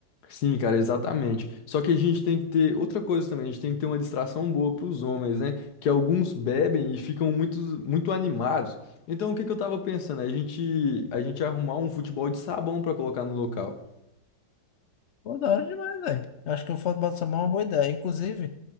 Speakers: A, on the left; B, on the left.
A: Sim, cara, exatamente. Só que a gente tem que ter outra coisa também, a gente tem que ter uma distração boa para os homens, né? Que alguns bebem e ficam muito, muito animados. Então, o que que eu tava pensando? A gente, a gente arrumar um futebol de sabão para colocar no local.
B: Pô, da hora demais, velho. Acho que o futebol de sabão é uma boa ideia. Inclusive,